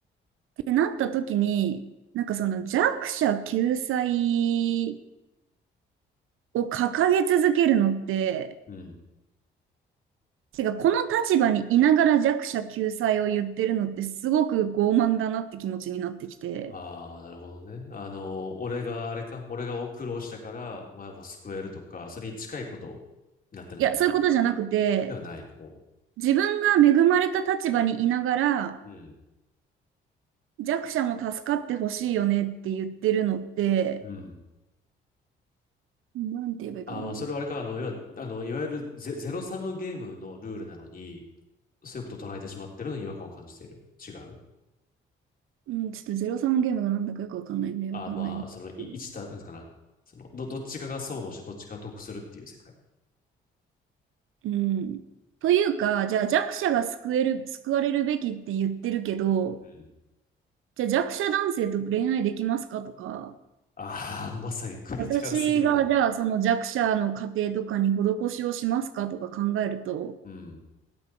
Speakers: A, on the right; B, on the left.
A: てなった時に、なんかその弱者救済を掲げ続けるのって、
B: うん。うん。
A: てか、この立場にいながら弱者救済を言ってるのってすごく傲慢だなって気持ちになってきて、
B: ああ、なるほどね。あの、俺があれか、俺が苦労したから、お前も救えるとか、それに近いことになってるのかな。
A: いや、そういうことじゃなくて、
B: ではない。ほ
A: 自分が恵まれた立場にいながら
B: う。うん。
A: 弱者も助かってほしいよねって言ってるのって、
B: うん。
A: なんて言えばいいかな。
B: あーまあ、それはあれか、あの、要は、あの、いわゆるゼ、ゼロサムゲームのルールなのに、そういうことを唱えてしまってるのに違和感を感じている。違う
A: うん、ちょっとゼロサムゲームがなんだかよくわかんないんで、
B: あ、
A: わかんないですけど。
B: まあ、その、い一た、なんですかな。その、ど、どっちかが損をしてどっちかが得するっていう世界。
A: うん。というか、じゃあ弱者が救える、救われるべきって言ってるけど、
B: うん
A: じゃあ弱者男性と恋愛できますかとか、
B: ああ、まさにクリティカルすぎるな。
A: 私がじゃあその弱者の家庭とかに施しをしますかとか考えると、
B: うん。